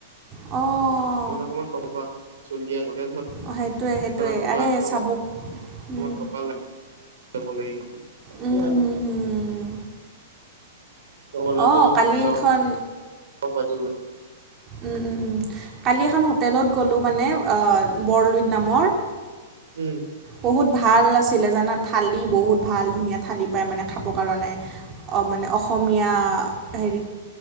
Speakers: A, on the right; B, on the right.
A: অঁ
B: অকমান অকণমান <unintelligible> জলদি আহিবা।
A: অঁ, সেইটোৱে
B: <unintelligible>
A: সেইটোৱে
B: ধৰা ক'বাত
A: আৰে
B: <unintelligible> টকা
A: চাব উম,
B: <unintelligible> ল <unintelligible> তাকে
A: উম,
B: আৰু।
A: হুম, হুম।
B: নহ'লেটো
A: অঁ কালি
B: যাব
A: এখন
B: পাৰিবই।
A: উম উম উম কালি এখন হোটেলত গ'লো মানে বৰলুইত নামৰ।
B: উম
A: বহুত ভাল আছিলে জানা থালি বহুত ভাল ধুনীয়া থালি পায় মানে খাবৰ কাৰণে। মানে অসমীয়া হেৰি।